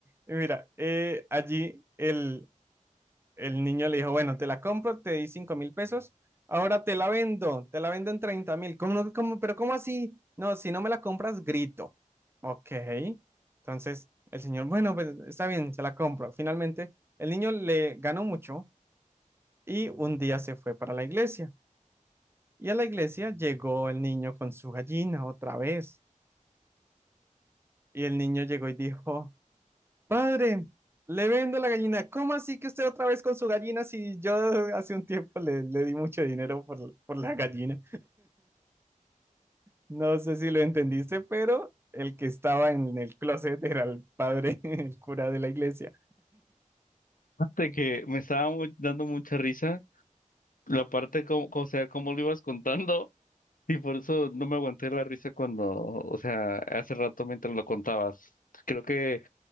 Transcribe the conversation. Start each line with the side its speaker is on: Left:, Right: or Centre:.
Right: mira, eh, allí el, el niño le dijo, bueno, te la compro, te di cinco mil pesos, ahora te la vendo, te la vendo en treinta mil. ¿Cómo, no- cómo- pero cómo así? No, si no me la compras, grito. Ok. Entonces el señor, bueno, pues está bien, se la compro. Finalmente, el niño le ganó mucho y un día se fue para la iglesia. Y a la iglesia llegó el niño con su gallina otra vez. Y el niño llegó y dijo, Padre, le vendo la gallina. ¿Cómo así que usted otra vez con su gallina si yo hace un tiempo le, le di mucho dinero por, por la gallina? No sé si lo entendiste, pero el que estaba en el closet era el padre, <laughs> el cura de la iglesia.
Left: Aparte que me estaba mu- dando mucha risa la parte, como, o sea, cómo lo ibas contando, y por eso no me aguanté la risa cuando, o sea, hace rato mientras lo contabas. Creo que